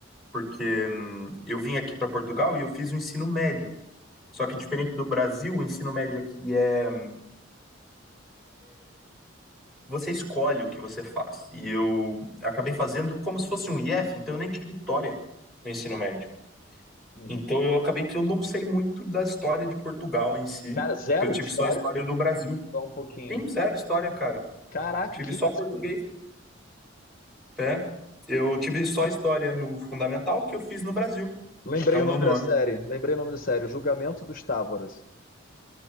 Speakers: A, in the centre; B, on the left.
A: porque hum, eu vim aqui para Portugal e eu fiz o ensino médio. Só que diferente do Brasil, o ensino médio aqui é você escolhe o que você faz. E eu acabei fazendo como se fosse um IF, então eu nem tive história no ensino médio.
B: uhum.
A: Então eu acabei que eu não sei muito da história de Portugal em si,
B: cara, zero
A: porque eu tive
B: de história?
A: só história no Brasil.
B: Só um pouquinho.
A: Tem zero história, cara.
B: Caraca,
A: Tive
B: que
A: só
B: isso,
A: português,
B: que
A: né? Eu tive só história no fundamental que eu fiz no Brasil,
B: Lembrei
A: até o
B: o nome
A: nono
B: da
A: ano.
B: série. Lembrei o nome da série. O Julgamento dos Távoras.